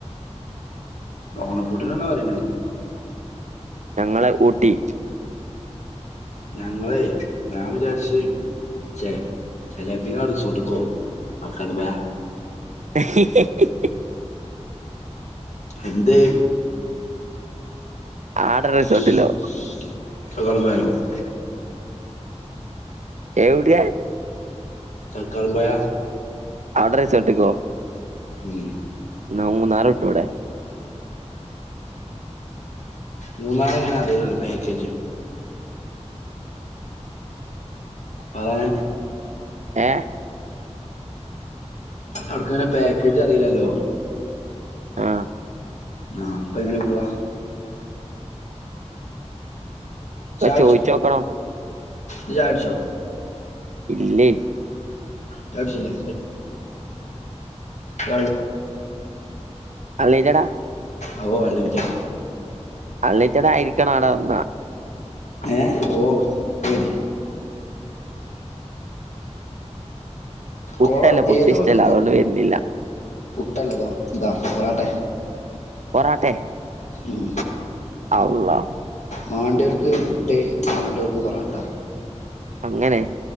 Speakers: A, on the left (about 80°); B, on the right (about 85°).
A: ഓണപ്പൂട്ട്ന് ന്നാ പറണേ
B: ഞങ്ങള് ഊട്ടി
A: ഞങ്ങളെ ഞാൻ വിചാരിച്ച ചെചിലപ്പ റിസോർട്ട് പോകും കാക്കടപുഴ
B: ഹ്....
A: എന്തായ്
B: ആടെ റിസോർട്ടിലോ
A: !! <unintelligible>
B: എവിട്ടെ
A: കക്കാടം പുഴ
B: അവിടെ റിസോർട്ട് കൊ
A: ഉം
B: ന്ന മൂന്നാർ വിട്ടുടെ
A: മൂന്നാർ ങ്ങാ അറിയല്ലല്ലേ പാക്കേജ് അത
B: ഏ
A: അവിടക്കങ്ങനെ പാക്കേജ് അറിയില്ലല്ലോ
B: ആഹ്
A: ആ പങ്ങനെ പോവാ
B: ഒക്കെ
A: ചായ കുടിച്ചോ?
B: ചോയിച്ചോക്കണം
A: ഇജ് ചായ കുടിച്ചോ?
B: ഇല്ല്യ
A: ചായ കുടിച്ചില്ലേ <unintelligible>
B: അൺലിമിറ്റഡ
A: അഓ അൺലിമിറ്റഡ
B: അൺലിമിറ്റഡ് ആയിരിക്കണം അവിടെ വന്ന
A: ഏഹ ഓഹ വരീൻ
B: പുട്ട്
A: കൊള
B: ല്ല പുട്ട്
A: ഏത്
B: ഇഷ്ടല്ല
A: കൊളത്ത്ക്കും
B: അതുകൊണ്ട് വരുന്നില്ല
A: പുട്ടല്ലതോ ഇതാ പൊറോട്ട
B: പൊറാട്ട?
A: ഉം
B: അള്ള
A: മാണ്ടവര്ക്ക്. പുട്ട്. മാണ്ടോർക്ക് പൊറാട്ട
B: അങ്ങനെ